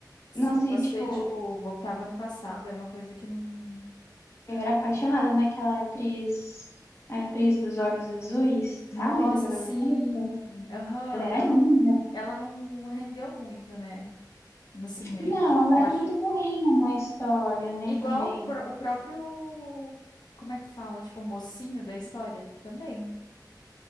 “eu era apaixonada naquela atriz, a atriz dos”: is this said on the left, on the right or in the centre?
Left